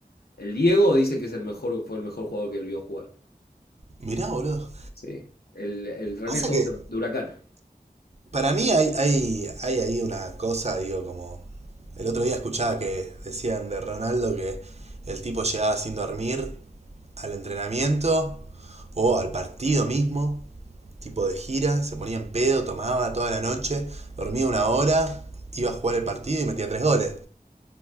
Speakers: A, on the left; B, on the right.
A: El Diego dice que es el mejor, fue el mejor jugador que él vio jugar.
B: Mirá, boludo.
A: Sí. El, el René
B: Pasa
A: Hauser
B: que
A: de Huracán.
B: para mí hay, hay, hay ahí una cosa, digo, como... El otro día escuchaba que decían de Ronaldo que el tipo llegaba sin dormir al entrenamiento o al partido mismo tipo de gira, se ponía en pedo, tomaba toda la noche, dormía una hora, iba a jugar el partido y metía tres goles.